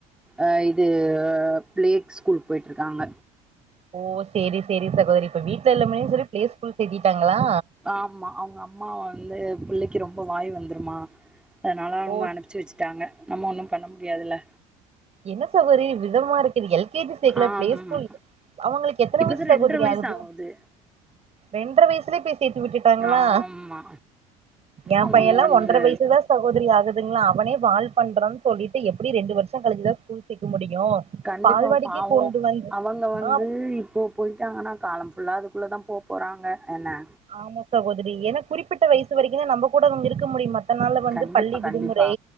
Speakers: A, in the centre; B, on the right.
A: ஆ இது பிளேக் ஸ்கூல் போயிட்டு இருக்காங்க
B: ஓ சேரி சேரி சகோதரி இப்ப வீட்ல இல்லாமே சொல்லி பிளே ஸ்கூல் சேத்திட்டாங்களா
A: ஆமா அவுங்க அம்மா வந்து புள்ளிக்கி ரொம்ப வாய் வந்துருமா அதுனால அவங்க
B: ஓ
A: அனுப்புச்சு வெச்சு டாங்க நம்ம ஒன்னு பண்ண முடியாதுல
B: என்ன சகோதரி விதமா இருக்குது எல் கே ஜி சேக்லா
A: ஆமா
B: பிளே ஸ்கூல் அவங்களுக்கு எத்தன
A: இப்பதான்
B: வயிசு சகோதரி
A: ரெண்டரை வயசு
B: ஆகுது
A: ஆவுது
B: ரெண்டர வயிசுலயே பேஸ் சேத்து விட்டுட்டாங்களா
A: ஆமா
B: எம்
A: அவங்க
B: பைய எல்லா
A: வந்து
B: ஒன்றர வயிசு தா சகோதரி ஆகுதுங்களா அவனே வால் பண்றா சொல்லிட்டு எப்டியு ரெண்டு வருஷோ கழிச்சுதா ஸ்கூல் சேக்க முடியு
A: கண்டிப்பா
B: பால்வாடிக்கே
A: பாவோ
B: கொண்டு வந்து
A: அவங்க வந்து
B: ஆ
A: இப்போ போயிட்டாங்கன்னா காலம் ஃபுல்லா அதுக்குள்ளே தா போ போறாங்க என்ன
B: ஆமா சகோதரி ஏன்னா குறிப்பிட்ட வயிசு வரைக்கு தா நம்ம கூட இவுங்க இருக்க முடியுமா மத்த நாள் வந்து
A: கண்டிப்பா
B: பள்ளி விடுமுறை
A: கண்டிப்பா